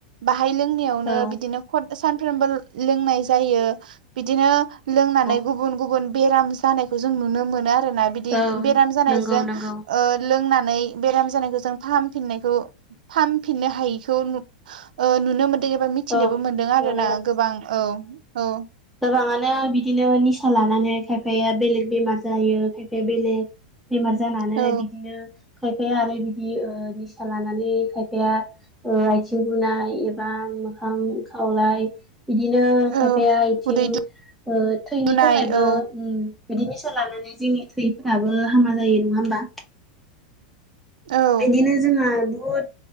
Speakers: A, on the right; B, in the centre.
A: बाहाय लोंनायावनो
B: औ
A: बिदिनो सानफ्रोमबो लोंनाय जायो बिदिनो लोंनानै
B: औ
A: गुबुन गुबुन बेराम जानायखौ जों नुनो मोनो आरोना बिदि
B: औ
A: बेराम जानायजों
B: नंगौ नंगौ
A: ओ लोंनानै बेराम जानायखौ जों फाहामफिननायखौ फाहामफिननो हायिखौ नु ओ नुनो मोनदों एबा मिथिनोबो
B: औ
A: मोनदों
B: नुनो
A: आरो ना गोबां औ औ
B: गोबांङानो बिदिनो निसा लानानै खायफाया बेलेग बेमार जायो खायफाया बेलेग बेमार जानानै
A: औ
B: बिदिनो खायफाया आरो बिदि ओ निसा लानानै खायफाया ओ आथिं बुनाय एबा मोखां खावलाय बिदिनो खायफाया
A: औ
B: आथिं
A: उदै
B: ओ थैनि
A: दुनाय
B: थाखायबो
A: औ
B: उम बिदि निसा लानानै जोंनि थैफोराबो हामा जायो नङा होमबा।
A: औ।
B: बेदिनो जोंहा बहुत